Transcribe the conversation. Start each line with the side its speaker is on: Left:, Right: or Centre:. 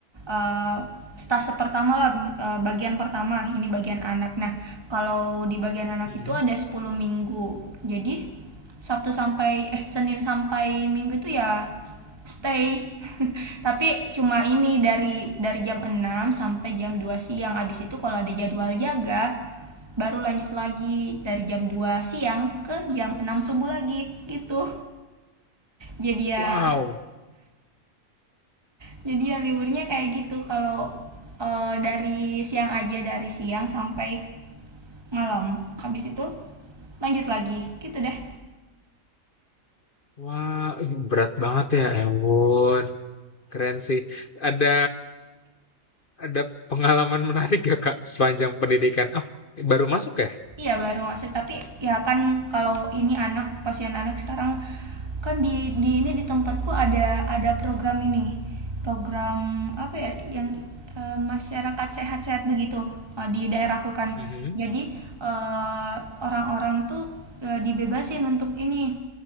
Right: eh, stase pertama lah eh, bagian pertama. Ini bagian anak. Nah, kalau di bagian anak
Left: Mm-mm.
Right: itu ada 10 minggu. Jadi Sabtu sampai eh Senin sampai Minggu itu ya stay. <laughs> Tapi cuma ini dari dari jam 6 sampai jam 2 siang. abis itu kalau ada jadwal jaga baru lanjut lagi dari jam 2 siang ke jam 6 subuh lagi gitu. Jadi ya,
Left: Wow.
Right: jadi ya liburnya kayak gitu kalau eh, dari siang aja dari siang sampai malam. Habis itu lanjut lagi, gitu deh.
Left: Wah, ih, berat banget ya, Ewon. Keren sih. Ada ada pengalaman menarik gak, Kak, sepanjang pendidikan? Oh, baru masuk ya?
Right: Iya baru masuk tapi ya kan kalau ini anak pasien anak sekarang kan di di ini di tempatku ada ada program ini program apa ya yang eh, masyarakat sehat-sehat begitu eh, di daerahku kan
Left: Mhm.
Right: jadi eh, orang-orang tuh eh, dibebasin untuk ini